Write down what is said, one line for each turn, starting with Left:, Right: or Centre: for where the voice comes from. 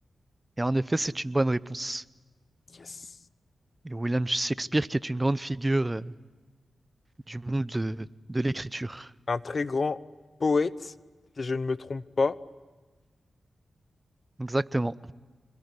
Right: Et en effet, c'est une bonne réponse.
Left: Yes.
Right: Et William Shakespeare qui est une grande figure euh, du monde de, de l'écriture.
Left: Un très grand poète, si je ne me trompe pas.
Right: Exactement.